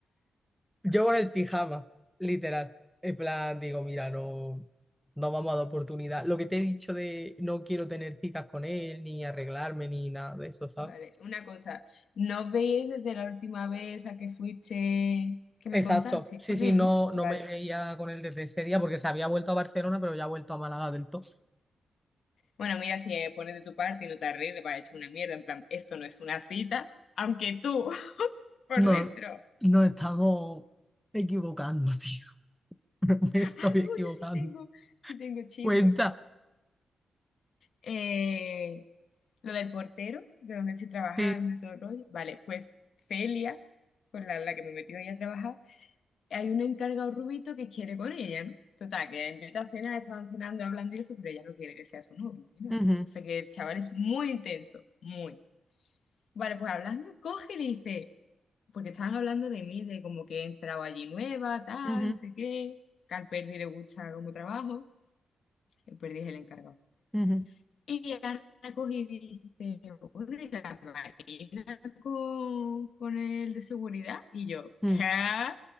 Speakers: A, in the centre; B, on the left (about 65°).
A: Yo con el pijama, literal. En plan, digo, mira, no, no vamos a dar oportunidad. Lo que te he dicho de no quiero tener citas con él, ni arreglarme, ni nada de eso, ¿sabes?
B: Vale, una cosa, ¿no os veis desde la última vez a que fuiste, que
A: Exacto.
B: me contaste
A: Sí,
B: con
A: sí,
B: él?
A: no, no
B: Vale.
A: me veía con él desde ese día porque se había vuelto a Barcelona, pero ya ha vuelto a Málaga del todo.
B: Bueno, mira, si eh, pones de tu parte y no te arregles, vas a echar una mierda, en plan, esto no es una cita, aunque tú, <laughs> por
A: No,
B: dentro.
A: nos estamos equivocando, tío. <laughs> No me estoy
B: Ah, no,
A: equivocando.
B: yo sí tengo, sí tengo chisme.
A: Cuenta.
B: Eh, lo del portero, de donde estoy trabajando
A: Sí.
B: y todo el rollo. Vale, pues Celia, con la, la que me metió ella a trabajar, hay un encargado rubito que quiere con ella, ¿no? Total, que la invita a cenar, estaban cenando, hablando y eso, pero ella no quiere que sea su novio ni nada.
A: Ujú,
B: O sea que el chaval es muy intenso, muy. Vale, pues hablando, coge y le dice, porque estaban hablando de mí, de como que he entrado allí nueva, tal,
A: ujú,
B: no sé qué, que al Perdi le gusta como trabajo, el Perdi es el encargado.
A: ujú,
B: Y Ana cogí y dice, "Oye, la Marina con, con el de seguridad. Y yo,
A: mm,
B: ¿qué?